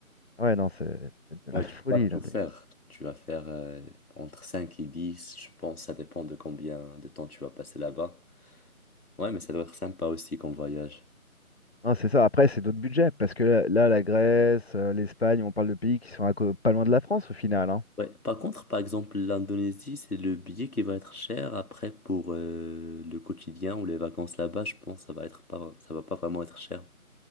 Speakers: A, on the left; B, on the left.
A: Ah ouais, non, c'est c'est de
B: Moi,
A: la
B: je
A: folie,
B: peux pas tout
A: l'Indonésie.
B: faire. Tu vas faire euh, entre 5 et 10, je pense, ça dépend de combien de temps tu vas passer là-bas. Ouais, mais ça doit être sympa aussi comme voyage.
A: Non, c'est ça. Après, c'est d'autres budgets, parce que là, là, la Grèce, euh, l'Espagne, on parle de pays qui sont à co- pas loin de la France, au final, hein.
B: Ouais, par contre, par exemple, l'Indonésie, c'est le billet qui va être cher. Après, pour euh, le quotidien ou les vacances là-bas, je pense que ça va être pas, ça va pas vraiment être cher.